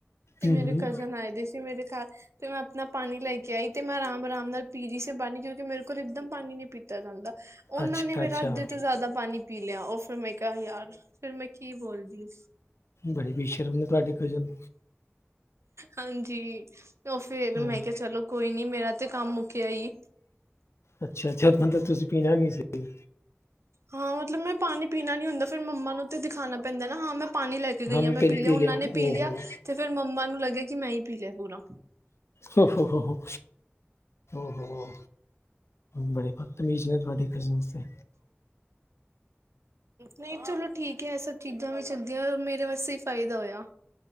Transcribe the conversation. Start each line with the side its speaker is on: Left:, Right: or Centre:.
Right: ਤੇ
Left: ਹੂੰ
Right: ਮੇਰੇ ਕਜ਼ਨ ਆਏ ਦੇ ਸੀ ਮੇਰੇ ਘਰ ਤੇ ਮੈਂ ਆਪਣਾ ਪਾਣੀ ਲੈ ਕੇ ਆਈ ਤੇ ਮੈਂ ਆਰਾਮ ਆਰਾਮ ਨਾਲ ਪੀ ਰਹੀ ਸੀ ਪਾਣੀ ਕਿਉਂਕਿ ਮੇਰੇ ਕੋਲ ਇੱਕਦਮ ਪਾਣੀ ਨੀ ਪੀਤਾ ਜਾਂਦਾ ਉਹਨਾ
Left: ਅੱਛਾ
Right: ਨੇ ਮੇਰਾ
Left: ਅੱਛਾ
Right: ਅੱਧੇ ਤੋਂ ਜਾਦਾ ਪਾਣੀ ਪੀ ਲਿਆ ਉਹ ਫੇਰ ਮੈਂ ਕਿਹਾ ਯਾਰ ਫਿਰ ਮੈਂ ਕੀ ਬੋਲਦੀ।
Left: ਬੜੇ ਬੇਸ਼ਰਮ ਨੇ ਤੁਹਾਡੇ ਕਜ਼ਨ।
Right: ਹਾਂਜੀ ਉਹ ਫਿਰ
Left: ਹਾਂ
Right: ਮੈਂ ਕਿਹਾ ਚਲੋ ਕੋਈ ਨੀ ਮੇਰਾ ਤੇ ਕੰਮ ਮੁੱਕਿਆ ਹੀ।
Left: ਅੱਛਾ ਜਦ ਮਤਲਬ ਤੁਸੀਂ ਪੀਣਾ ਨੀ ਸੀ।
Right: ਹਾਂ ਮਤਲੱਬ ਮੈਂ ਪਾਣੀ ਪੀਣਾ ਨੀ ਹੁੰਦਾ ਫੇਰ ਮੰਮਾ ਨੂੰ ਤੇ ਦਿਖਾਣਾ ਪੈਂਦਾ ਨਾ ਹਾ ਮੈਂ ਪਾਣੀ ਲੈ ਕੇ ਗਈ
Left: ਹਮ
Right: ਆ ਮੈਂ
Left: ਪਿੰਨ
Right: ਪੀ ਲਿਆ ਉਹਨਾ ਨੇ ਪੀ
Left: ਓਹੋ
Right: ਲਿਆ ਤੇ ਫਿਰ ਮੰਮਾ ਨੂੰ ਲੱਗਿਆ ਕਿ ਮੈਂ ਹੀ ਪੀ ਲਿਆ ਪੂਰਾ।
Left: ਹੋ-ਹੋ, ਹੋ ਉਹੋ। ਬੜੇ ਬਤਮੀਜ਼ ਨੇ ਤੁਆਡੇ ਕਜਨਸ ਤੇ।
Right: ਨਈ ਚਲੋ ਠੀਕ ਏ ਐ ਸਭ ਚੀਜ਼ਾਂ ਵੀ ਚੱਲਦੀਆ ਮੇਰੇ ਵਾਸਤੇ ਈ ਫਾਇਦਾ ਹੋਇਆ।